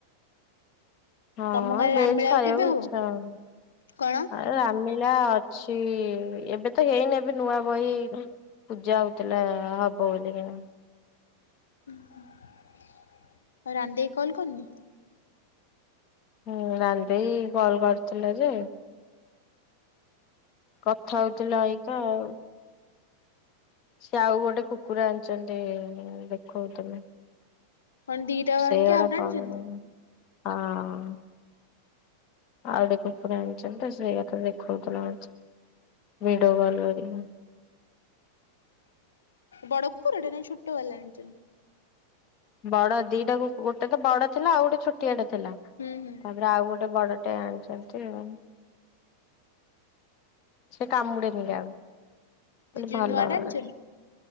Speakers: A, on the left; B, on the left.
A: ହଁ
B: ତମ ଗାଁରେ
A: ଭେଜ
B: ରାମମେଳା
A: ଖାଇବାକୁ
B: ଆଉ କେବେ
A: ଇଚ୍ଛା
B: ହବ?
A: ହୋଉନି।
B: କଣ
A: ଆ ରାମୀଳା ଅଛି ଏବେ ତ ହେଇନି ଏବେ ନୂଆ ବହି ପୂଜା ହୋଉଥିଲା ହବ ବୋଲିକିଣା।
B: ଉଁ ହୁଁ ଆଉ ରାନି ଦେଇ କଲ୍ କରିନି?
A: ହୁଁ ରାନ୍ ଦେଇ କଲ୍ କରିଥିଲା ଯେ କଥା ହୋଉଥିଲ ଆଇ ତ ଆଉ। ସିଏ ଆଉ ଗୋଟେ କୁକୁର ଆଣିଚନ୍ତି ଦେଖଉଥିଲେ।
B: କଣ ଦିଟା
A: ସେଇଗୁଡାକ
B: ଆଣିକି ଆଉଟେ ଆଣିଛନ୍ତି
A: କଲ ରେ କହିବିନି ହଁ। ଆଉ ଗୋଟେ କୁକୁର ଆଣିଚନ୍ତି ତ ସେଇଆ ତ ଦେଖାଉଥିଲା ଆଜି ଭିଡିଓ କଲ କରିକି।
B: ବଡ କୁକୁରଟେ ନାଇଁ ଛୋଟ ବାଲା ଆଣିଚନ୍ତି?
A: ବଡ ଦିଟାକୁ ଗୋଟେ ତ ବଡ ଥିଲା ଆଉ ଗୋଟେ ଛୋଟିଆଟା ଥିଲା।
B: ହୁଁ ହୁଁ।
A: ତାପରେ ଆଉ ଗୋଟେ ବଡଟେ ଆଣିଚନ୍ତି ଆଉ। ସେ କାମୁଡ଼େନି କାହାକୁ ମୁ
B: ସେ
A: କହିଲି
B: ଜୁନୁଆଟା
A: ଭଲ ଘର।
B: ଆଣିଛନ୍ତି